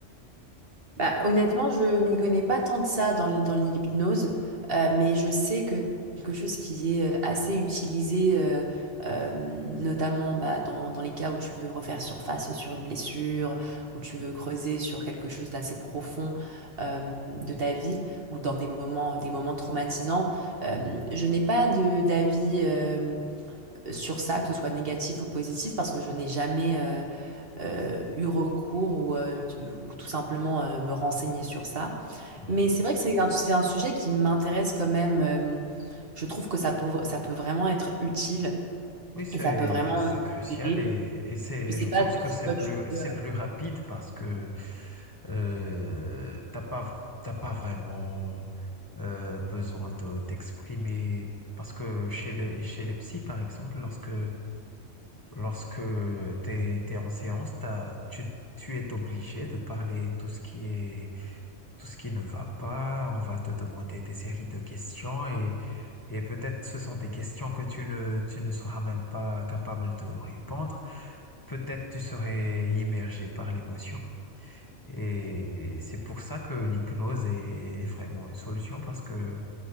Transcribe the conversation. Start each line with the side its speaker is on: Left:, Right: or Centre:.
Right: Bah, honnêtement, je m'y connais pas tant que ça dans, l- dans l'hypnose, euh, mais je sais que quelque chose qui est euh, assez utilisé, euh, euh, notamment bah, dans, dans les cas où tu veux refaire surface sur une blessure, où tu veux creuser sur quelque chose d'assez profond euh, de ta vie, ou dans des moments, des moments traumatisants. Euh, je n'ai pas de d'avis euh, sur ça, que ce soit négatif ou positif, parce que je n'ai jamais, euh, euh, eu recours ou, euh, ou tout simplement euh, me renseigner sur ça.
Left: Mhm.
Right: Mais c'est vrai que c'est un, c'est un sujet qui m'intéresse quand même. euh, je trouve que ça peut, ça peut vraiment être utile
Left: Oui, c'est,
Right: et ça peut vraiment
Left: c'est
Right: euh,
Left: crucial
Right: aider.
Left: et, et c'est,
Right: Je sais
Left: je
Right: pas
Left: pense
Right: si
Left: que c'est
Right: toi tu
Left: plus, c'est
Right: peux... euh,
Left: plus rapide parce que euh, t'as pas, t'as pas vraiment euh, besoin de t'exprimer. Parce que chez les, chez les psys, par exemple, lorsque Lorsque tu es, en séance, t'as- tu, tu es obligé de parler tout ce qui est, tout ce qui ne va pas. On va te demander des séries de questions et, et peut-être ce sont des questions que tu ne, tu ne seras même pas capable de répondre. Peut-être tu serais immergé par l'émotion. Et c'est pour ça que l'hypnose est, est vraiment une solution parce que